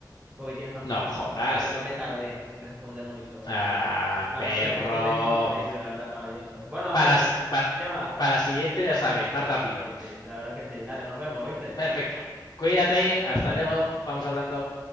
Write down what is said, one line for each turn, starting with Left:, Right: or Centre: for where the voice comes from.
Right: porque tienes más
Left: No
Right: puntos,
Left: jodas.
Right: porque yo me tardé en responder mucho.
Left: Ah,
Right: Mara-
Left: perro.
Right: este, este es increíble, la verdad, maravilloso. Bueno,
Left: Para,
Right: eh,
Left: si- para,
Right: Chema,
Left: para la siguiente,
Right: eh,
Left: ya sabes, más rápido.
Right: sí, sí, la verdad es que sí. Dale, nos vemos, ¿oíste?
Left: Perfecto. Cuídate, hasta luego, vamos hablando.